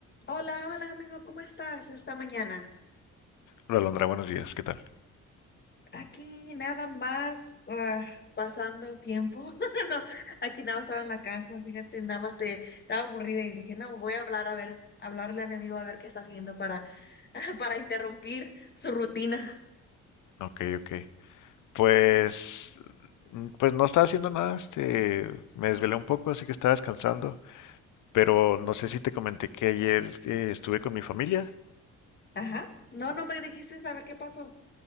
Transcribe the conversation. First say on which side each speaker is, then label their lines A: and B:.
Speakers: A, on the left; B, on the left.
A: Hola, hola amigo, ¿cómo estás esta mañana?
B: Hola, Alondra, buenos días, ¿qué tal?
A: Aquí nada más ah, pasando tiempo. <laughs> No, aquí nada más estaba en la casa, fíjate, nada más te estaba aburrida y dije, no, voy a hablar a ver, hablarle a mi amigo a ver qué está haciendo para, <laughs> para interrumpir su rutina.
B: Ok, ok. Pues, mm, pues no estaba haciendo nada, este, me desvelé un poco, así que estaba descansando, pero no sé si te comenté que ayer eh, estuve con mi familia.
A: Ajá. No, no me dijiste saber qué pasó.